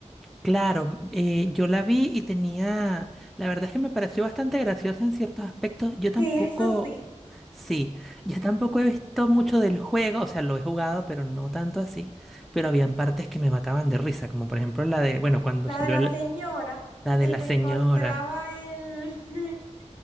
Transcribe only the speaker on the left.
sí, eso sí.
La
de la
señora
que
se
encontraba el, <laughs>